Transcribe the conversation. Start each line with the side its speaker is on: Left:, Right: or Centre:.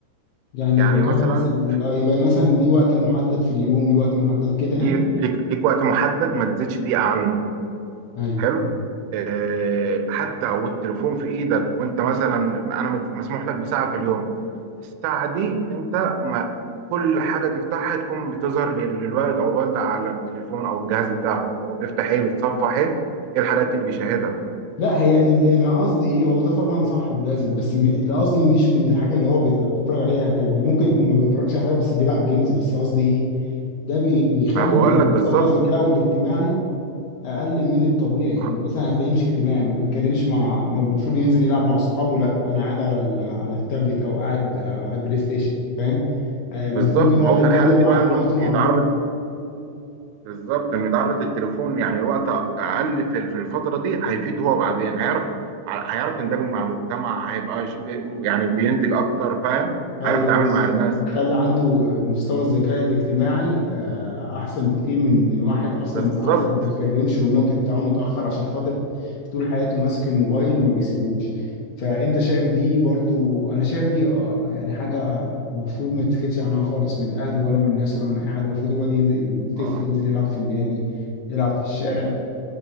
Left: يعني
Right: يعني
Left: الرقابه
Right: مثلا
Left: مثلا
Right: في-
Left: اه يبقى مثلا ليه وقت محدد في اليوم ليه وقت محدد كده
Right: ليك
Left: يعني
Right: ليك ليك وقت محدد ما تزيدش دقيقة عنه
Left: ايوه
Right: حلو آه، حتى والتليفون في ايدك وانت مثلا انا مت- مسموح لك بساعه في اليوم الساعه دي انت ما كل حاجه تفتحها تكون بتظهر لل- للوالد او الوالده على التليفون او الجهاز بتاعه هو بيفتح ايه بيتصفح ايه ايه الحاجات اللي بيشاهدها
Left: لا هي ال- انا قصدي ايه هو ده طبعا صح ولازم بس م- اللي قصدي مش من الحاجه اللي هو بيت- بيتفرج عليها يعني ممكن يكون ما بيتفرجش على حاجه بس بيلعب جيمز بس قصدي ايه ده بي بيخلي
Right: انا بقول لك
Left: مستوى
Right: بالظبط
Left: ذكائه الاجتماعي اقل من الطبيعي
Right: ما-
Left: يعني مثلا هتلاقيه مش اجتماعي ما بيتكلمش مع ما المفروض ينزل يلعب مع صحابه لا انا قاعد على ال... على التابلت او قاعد على البلاي ستيشن فاهم آه، المفروض
Right: بالظبط
Left: يقعد
Right: ما هو في
Left: يتكلم
Right: الحاله دي
Left: مع
Right: بقى
Left: اخواته
Right: انه
Left: مع
Right: يتعرض
Left: ابوه
Right: بالظبط انه يتعرض للتليفون يعني وقت اقل في في الفتره دي هيفيد هو بعدين هيعرف هيعرف يندمج مع المجتمع هيبقى ش- بي- يعني بينتج اكتر فاهم
Left: ايوه
Right: هيعرف يتعامل
Left: بالظبط
Right: مع الناس
Left: هيخلي عنده مستوى الذكاء الاجتماعي آه، احسن بكتير من من واحد اصلا
Right: بالظبط
Left: منعزل ما بيتكلمش والنطق بتاعه متاخر عشان خاطر طول حياته ماسك الموبايل ما بيسيبهوش فانت شايف دي برضو انا شايف دي آه، يعني حاجه المفروض ما يتسكتش عنها خالص من الاهل ولا من الناس ولا من اي حد المفروض الواد ينزل الطفل
Right: اه
Left: ينزل يلعب في النادي يلعب في الشارع